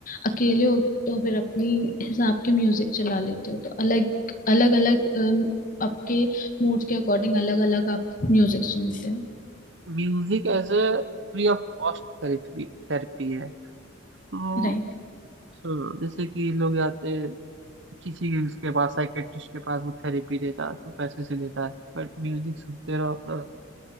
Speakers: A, on the left; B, on the right.
A: अकेले होते हो तो फिर अपनी हिसाब के म्यूजिक चला लेते हो तो अलग अलग अलग आपके मूड के अकॉर्डिंग अलग अलग आप म्यूजिक सुनते हो
B: Music as a free of cost therapy therapy है तो
A: राइट
B: हाँ जैसे कि लोग जाते हैं किसी के उसके पास साइकेट्रिस्ट के पास वो थेरेपी देता है तो पैसे से लेता है बट म्यूजिक सुनते रहो ना